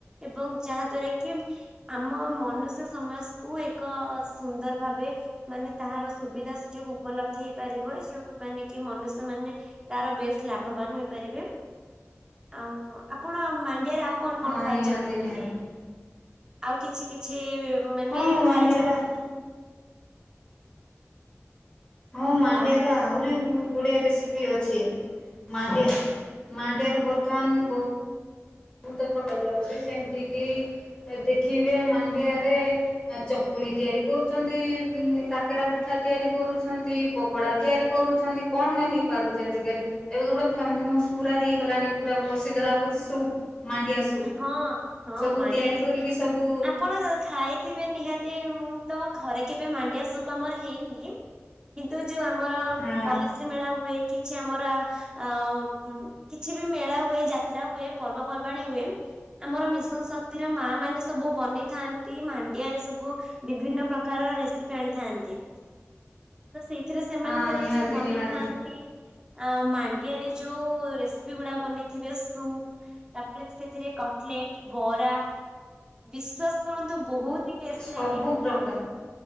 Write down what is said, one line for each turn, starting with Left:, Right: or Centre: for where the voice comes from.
Right: ଏବଂ ଯାହା ଦ୍ଵାରା କି ଆମ ମନୁଷ୍ୟ ସମାଜକୁୁ ଏକ ସୁନ୍ଦର ଭାବେ ମାନେ ତାହାର ସୁବିଧା ସୁଯୋଗ ଉପଲବ୍ଧ ହେଇପାରିବ ଯଉ ମାନେ କି ମନୁଷ୍ୟ ମାନେ ତାର ବେଶ ଲାଭବାନ ହେଇପାରିବେ ଆଉ ଆପଣ ମାଣ୍ଡିଆରେ ଆଉ କଣ
Left: ହଁ
Right: କଣ ଖାଇଛନ୍ତି
Left: ନିହାତି
Right: ମାନେ
Left: ନିହାତି।
Right: ଆଉ କିଛି କିଛି ମାନେ
Left: ହଁ ମାଣ୍ଡିଆର
Right: ଖାଇଛନ୍ତି କି?
Left: ମୁଁ ମାଣ୍ଡିଆରେ
Right: ଆ
Left: ଆହୁ ରି ଗୁଡ଼ିଏ ରେସିପି ଅଛି ମାଡିଆ ମାଣ୍ଡିଆରେ ବର୍ତ୍ତମାନ ବ ବହୁତ ପ୍ରକାର ଯାଉଛି ଯେମିତିକି ଦେଖିବେ ମାଣ୍ଡିଆରେ ଚକୁଳି ତିଆରି କରୁଛନ୍ତି କାକରା ପିଠା ତିଆରି କରୁଛନ୍ତି। ପକୋଡ଼ା ତିଆରି କରୁଛନ୍ତି କଣ ନ ହେଇପାରୁଛି ଆଜିକାଲି। ଏବେ ତ ଗୋଟେ ଫେମସ୍ ପୁରା ହେଇଗଲାଣି ପୁରା ପ୍ରସିଦ୍ଧ ଲାଭଛି ସୁପ୍ ମାଣ୍ଡିଆ ସୁପ୍
Right: ହଁ ହଁ
Left: ସବୁ
Right: ମାଣ୍ଡିଆ
Left: ତିଆରି
Right: ସୁପ୍
Left: କରିକି ସବୁ
Right: ଆପଣ ଖାଇଥିବେ ନିହାତି ମୁଁ ତ ଘରେ କେବେ ମାଣ୍ଡିଆ ସୁପ ଆମର ହେଇନି। କିନ୍ତୁ ଯୋଉ ଆମର
Left: ହଁ
Right: ପଲିସ୍ରୀ ମେଳା ହୁଏ। କିଛି ଆମର ଅ କିଛି ବି ମେଳା ହୁଏ ଯାତ୍ରା ହୁଏ ପର୍ବପର୍ବାଣୀ ହୁଏ। ଆମର ମିଶନ ଶକ୍ତିର ମା ମାନେ ସବୁ ବନେଇଥାନ୍ତି ମାଣ୍ଡିଆ ରେ ସବୁ ବିଭିନ୍ନ ପ୍ରକାର ରେସିପି ଆଣିଥାନ୍ତି। ତ ସେଇଥିରେ ସେମାନଙ୍କର
Left: ହଁ ନିହାତି
Right: ଯୋଉ ବନେଇଥାନ୍ତି
Left: ନିହାତି
Right: ଆ ମାଣ୍ଡିଆରେ ଯୋଉ ରେସିପି ଗୁଡା ବନେଇଥିବେ ସୁପ ତାପରେ ସେଥିରେ କଟଲେଟ ବରା ବିଶ୍ଵାସ କରନ୍ତୁ ବହୁତ ଟେଷ୍ଟ
Left: ସବୁ
Right: ଲାଗେ
Left: ପ୍ରକାର